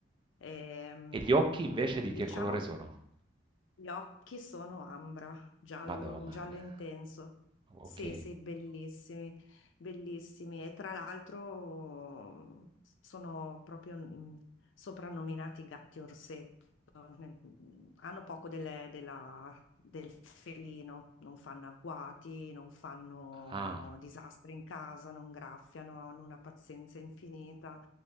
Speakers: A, on the left; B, on the right.
A: Ehm,
B: E gli occhi invece di
A: diciamo
B: che colore sono?
A: che gli occhi sono ambra, giallo,
B: Madonna
A: un giallo
B: mia.
A: intenso. Sì,
B: Ok.
A: sì, bellissimi, bellissimi. E tra l'altro sono proprio mm, soprannominati gatti orsetti nel- hanno poco delle- della- del felino, non fanno agguati, non fanno
B: Ah.
A: disastri in casa, non graffiano, hanno una pazienza infinita.